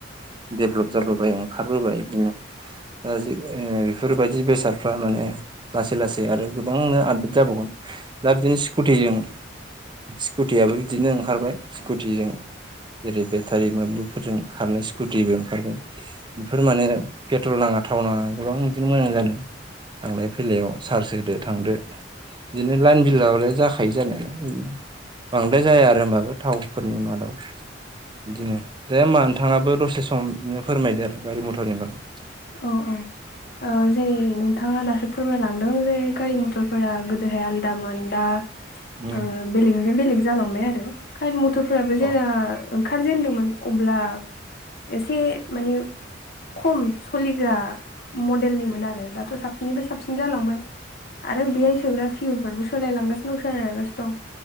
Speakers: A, on the right; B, on the left.
A: देभलप जाबोबाय ओंखारबोबाय बिदिनो ओ बेफोरबायदि बेसादफ्रा माने लासै लासै आरो गोबां आपडेट जाबावगोन दा बिदिनो स्कुटिजों स्कुटियाबो बिदिनो ओंखारबाय स्कुटिजों जेरै बेटारि मोब्लिबफोरजों खारनाय स्कुटिबो ओंखारबाय। बेफोर माने पेट्रल नाङा थाव नाङा गोबां बिदिनो मोजां जादों। थांलाय फैलायाव सार्ज होदो थांदो। बिदिनो लाइन बिलाबालाय जाखायो जानायालाय बिनो बांद्राय जाया आरो होमबाबो थावफोरनि मादाव बिदिनो दे होमबा नोंथाङाबो दसे सम बिदिनो फोरमायदो आरो गारि मथरनि बागै
B: अ औ ओ जेरै नों नोंथाङा दासो फोरमायलांदों जे गारि मथरफोरा गोदोहाय आलदामोन दा
A: उम
B: ओ बेलेगनिफ्राय बेलेग जालांबाय आरो गारि मथरफोराबो जेरा
A: औ
B: ओंखारजेनदोंमोन अब्ला एसे माने खम सलिग्रा मडेलनिमोन आरो दाथ' साबसिननिफ्राय साबसिन जालांबाय। आरो बेहाय सोग्रा फिउरफोरबो सोलायलांगासिनो दं सोलायलांगासिनो दं।